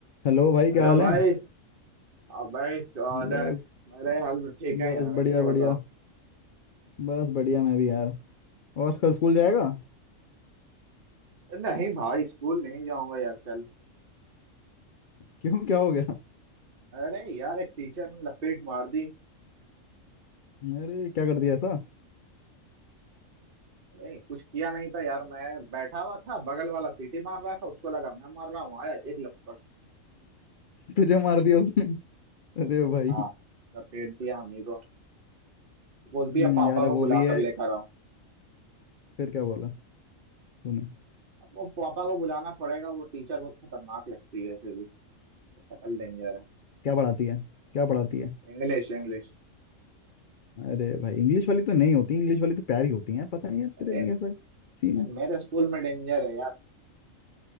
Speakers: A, on the left (about 60°); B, on the right (about 45°).
A: Hello भाई
B: Hello
A: क्या हाल
B: भाई
A: है
B: आप भाई क्या हाल
A: बस
B: है मेरे हाल तो ठीक है
A: बस
B: यार अपने
A: बढ़िया बढ़िया
B: बताओ
A: बस बढ़िया मैं भी यार और कल स्कूल जाएगा
B: नहीं भाई स्कूल नहीं जाऊंगा यार कल
A: क्यों क्या हो गया
B: अरे यार एक टीचर ने लपेट मार दी
A: अरे क्या कर दिया ऐसा
B: अरे कुछ किया नहीं था यार मैं बैठा हुआ था बगल वाला सीटी मार रहा था उसको लगा मैं मार रहा हूँ आया एक लपट
A: तुझे मार दिया उसने अरे भाई
B: हाँ लपेट दिया हमी को बोलती
A: हम्म,
B: है पापा
A: यार
B: को बुला
A: वो भी है
B: कर लेकर आओ
A: फिर क्या बोला तूने
B: अब वो पापा को बुलाना पड़ेगा वो टीचर बहुत खतरनाक लगती है ऐसे भी सकल डेंजर
A: क्या पढ़ाती है क्या पढ़ाती है
B: है इंग्लिश इंग्लिश
A: अरे भाई इंग्लिश वाली तो नहीं होती इंग्लिश वाली तो प्यारी होती है पता नहीं यार
B: अरे
A: तेरे में कैसा सीन है
B: मेरे स्कूल में डेंजर है यार